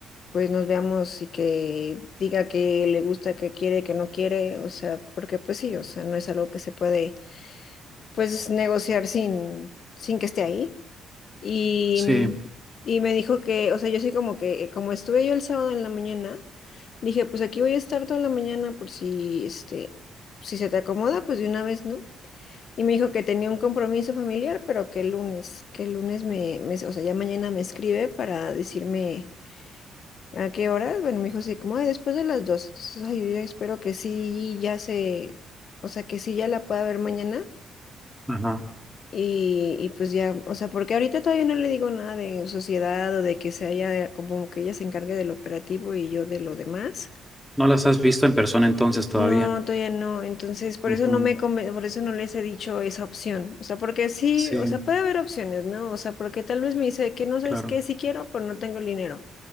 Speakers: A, on the left; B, in the centre.
A: pues nos veamos y que diga que le gusta, que quiere, que no quiere. O sea, porque pues sí, o sea, no es algo que se puede. pues negociar sin, sin que esté ahí. Y,
B: sí,
A: y me dijo que, o sea, yo sí como que, como estuve yo el sábado en la mañana, dije, pues aquí voy a estar toda la mañana por si, este, si se te acomoda, pues de una vez, ¿no? Y me dijo que tenía un compromiso familiar, pero que el lunes, que el lunes me, me- o sea, ya mañana me escribe para decirme a qué hora. Bueno, me dijo así como, ay, después de las dos. Entonces, ay, yo ya espero que sí, ya se, o sea, que sí ya la pueda ver mañana
B: ajá.
A: y, y pues ya, o sea, porque ahorita todavía no le digo nada de sociedad o de que se haya, como que ella se encargue del operativo y yo de lo demás.
B: ¿No las has visto en persona entonces todavía?
A: No, todavía no. Entonces, por
B: Ujú,
A: eso no me, conven- por eso no les he dicho esa opción. O sea, porque sí,
B: Sí,
A: o sea, puede haber opciones, ¿no? O sea, porque tal vez me dice que no sabes
B: claro.
A: qué, si quiero, pues no tengo el dinero.